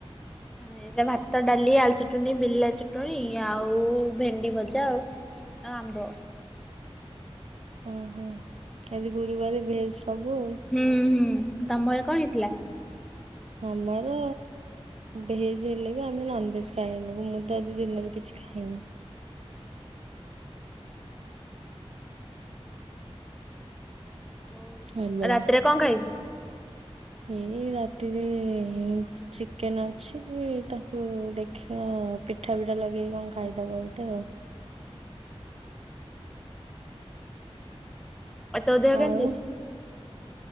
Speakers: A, in the centre; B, on the right.
A: ହେଇଥିଲା ଭାତ, ଡାଲି, ଆଳୁ ଚଟଣି, ବିଲା ଚଟଣି, ଆଉ ଭେଣ୍ଡି ଭଜା ଆଉ। ଆ ଆମ୍ବ।
B: ଓହୋ! ଆଜି ଗୁରୁବାର, ଭେଜ ସବୁ ଆଉ।
A: ହୁଁ- ହୁଁ ତମର କଣ ହେଇଥିଲା?
B: ଆମର ଭେଜ ହେଲେ ବି ଆମେ ନନଭେଜ ଖାଇନୁ। ମୁଁ ତ ଆଜି ଦିନରେ କିଛି ଖାଇନି।
A: ଆଉ
B: ହ୍ୟାଲୋ
A: ରାତିରେ କଣ ଖାଇବୁ?
B: ଏ ରାତିରେ ଏ ଚିକେନ ଅଛି ତାକୁ ଦେଖିବା ପିଠା ଫିଠା ଲଗେଇକି କଣ ଖାଇଦବା ଗୋଟେ ଆଉ।
A: ଆଉ ତୋ ଦେହ କେମିତି
B: ଆଉ
A: ଅଛି?